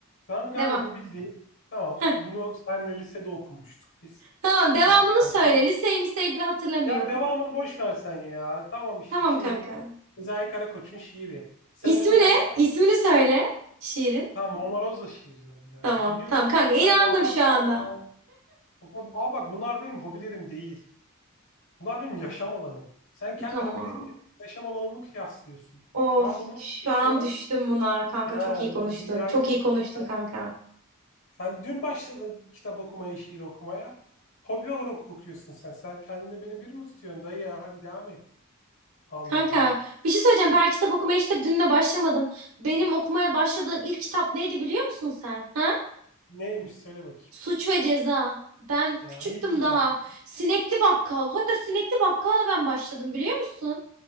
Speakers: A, on the left (about 65°); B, on the right (about 75°).
A: Tamam kanka
B: Devam.
A: bu bildiğin. Tamam,
B: Heh,
A: bunu senle lisede okumuştuk biz.
B: tamam, devamını
A: Hatırlarsan.
B: söyle. Liseyi miseyi bir hatırlamıyorum.
A: Ya devamını boş versen ya. Tamam işte
B: Tamam
A: şeyin,
B: kanka.
A: Sezai Karakoç'un şiiri. Sen
B: İsmi
A: onu
B: ne?
A: boş
B: İsmini söyle şiirin.
A: Tamam Mona Rosa şiirin adı ya.
B: Tamam,
A: Biliyoruz.
B: tamam kanka.
A: Sen
B: inandım
A: de abartma
B: şu anda.
A: ya. O kadar- Aa bak bunlar benim hobilerim değil. Bunlar benim yaşam alanım. Sen kendi
B: Tamam.
A: hobilerini yaşam alanımı kıyaslıyorsun.
B: Of
A: Ben bunları
B: şu
A: yaşıyorum.
B: an düştüm buna kanka
A: Ya
B: çok
A: öyle
B: iyi konuştun.
A: bir dünya
B: Çok
A: yok.
B: iyi konuştun
A: Sen,
B: kanka.
A: sen dün başladın kitap okumaya, şiir okumaya. Hobi olarak okuyorsun sen. Sen kendine beni bir mi tutuyorsun dayı ya? Hadi devam et. Allah
B: Kanka
A: Allah.
B: bir şey söyleyeceğim ben kitap okumaya işte dünle başlamadım. Benim okumaya başladığım ilk kitap neydi biliyor musun sen? Ha?
A: Neymiş söyle bakayım.
B: Suç ve Ceza. Ben küçüktüm
A: Ya ilk kitap.
B: daha. Sinekli Bakkal. Hatta Sinekli Bakkal'la ben başladım biliyor musun?